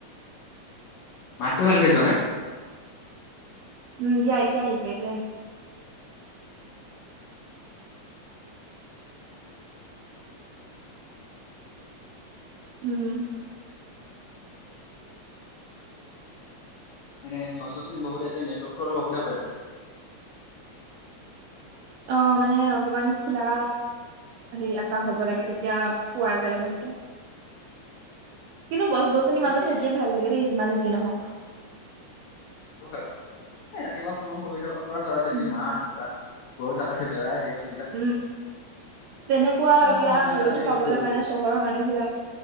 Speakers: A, on the left; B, on the right.
A: মাতটো ভালকে যোৱা নাই
B: উম দিয়া এতিয়া আহিছে এতিয়া আহিছে উম
A: মানে গছ গছনি বহুত ইতে নেটৱৰ্কটো অলপ অসুবিধা কৰে ইতে
B: অ মানে অকমান খোলা হেৰি আকাশ হব লাগে তেতিয়া পোৱা যায় ভালকে কিন্তু গছ গছনি
A: মানে
B: মাজত
A: কি
B: থাকিয়ে ভাল লাগে দেই যিমানে যি নহওক
A: হয় ৰাতিপুৱা সময়ৰ সুবিধা প <unintelligible>
B: উম
A: মাত পুৰা ক' চাগছে বেৰা আ <unintelligible>
B: উম তেনেকুৱা
A: সেইকাৰণে
B: এতিয়া
A: মই সোনকালে
B: হেৰিটো
A: আজিকালি
B: পাবলৈ
A: শুই উঠো
B: কাৰ নে চহৰৰ মানুহবিলাক,